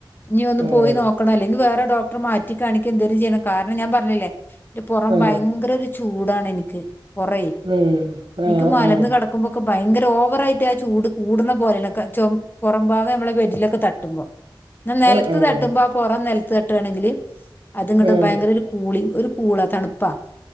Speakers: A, on the left; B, on the right.
A: നീ ഒന്ന്
B: ആഹ്
A: പോയി നോക്കണം. അല്ലെങ്കിൽ വേറെ ഡോക്ടറെ മാറ്റി കാണിക്ക എന്തേലും ചെയ്യണം. കാരണം ഞാൻ പറഞ്ഞില്ലേ? പുറം
B: ആഹ്
A: ഭയങ്കര ഒരു ചൂടാണ്. എനിക്ക് പുറ
B: ഉം
A: എനിക്ക്
B: ആഹ്
A: മലന്ന്
B: ആഹ്
A: കിടക്കുമ്പോക്കെ ഭയങ്കര ഓവറായിട്ട് ആ ചൂട് കൂടുന്ന പോലെയുള്ളെ ച പുറംമ്പാകം നമ്മളെ ബെഡിലൊക്കെ തട്ടുമ്പോ. ഇ നിലത്ത്
B: ആഹ് ആഹ്
A: തട്ടുമ്പോ ആ പുറം നിലത്ത് തട്ടുകയാണെങ്കില് അത് ഇങ്ങട്ട്
B: ആഹ്
A: ഭയങ്കര ഒരു കൂളി ഒരു കൂളാ തണുപ്പാ.